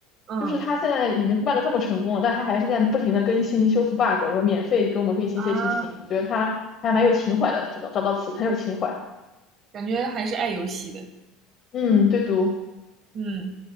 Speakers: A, on the right; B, on the left.
A: 嗯。
B: 就是他现在已经卖的这么成功了，但他还是在不停的更新修复 bug，然后免费给我们更新一些剧情，
A: 啊，
B: 我觉得他还蛮有情怀的，找到找到词很有情怀。
A: 感觉还是爱游戏的，
B: 嗯，对读，
A: 嗯，